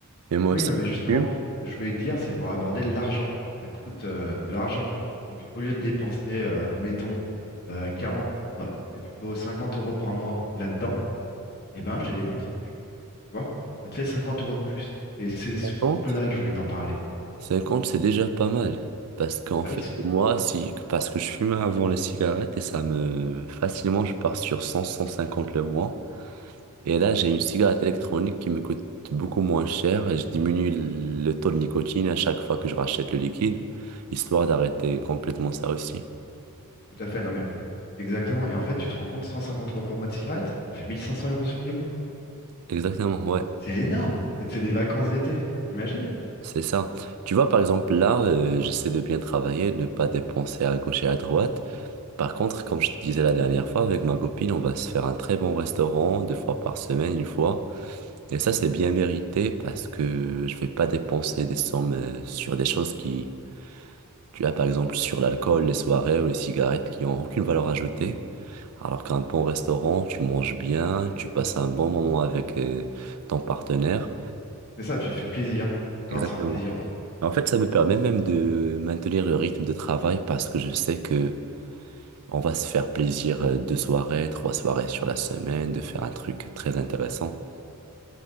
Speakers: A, on the right; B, on the left.
A: mais moi
B: Oui,
A: aussi,
B: non, mais justement,
A: je fume.
B: ce que je voulais te dire, c'est pour aborder l'argent. Ça coûte euh, de l'argent. Donc, au lieu de dépenser, euh, mettons, euh, 40. non, C'était plutôt 50 euros par mois là-dedans, eh ben, je les dépense plus. Tu vois? Ça te fait 50 euros de plus. Et c'est sous
A: Exactement.
B: cet angle-là que je voulais t'en parler.
A: 50, c'est déjà pas mal. Parce qu'en
B: Ah
A: fait,
B: oui, c'est-
A: moi, si, parce que je fumais avant les cigarettes et ça me, facilement, je pars sur 100, 150 le mois. Et là, j'ai une cigarette électronique qui me coûte beaucoup moins cher et je diminue le taux de nicotine à chaque fois que je rachète le liquide, histoire d'arrêter complètement ça aussi.
B: tout à fait, non mais exactement. Et en fait, tu te rends compte, 150 euros par mois de cigarette, ça fait 1500 euros sur 10 mois.
A: Exactement, ouais,
B: C'est énorme. Ça te fait des vacances d'été, t'imagines?
A: c'est ça. Tu vois, par exemple, là, euh, j'essaie de bien travailler, de ne pas dépenser à gauche et à droite. Par contre, comme je te disais la dernière fois, avec ma copine, on va se faire un très bon restaurant deux fois par semaine, une fois. Et ça, c'est bien mérité parce que je vais pas dépenser des sommes euh, sur des choses qui, tu as par exemple sur l'alcool, les soirées ou les cigarettes qui ont aucune valeur ajoutée. Alors qu'un bon restaurant, tu manges bien, tu passes un bon moment avec euh, ton partenaire.
B: C'est ça, tu te fais plaisir. Faut savoir
A: Exactement.
B: se faire plaisir aussi.
A: En fait, ça me permet même de maintenir le rythme de travail parce que je sais que On va se faire plaisir euh, deux soirées, trois soirées sur la semaine, de faire un truc très intéressant.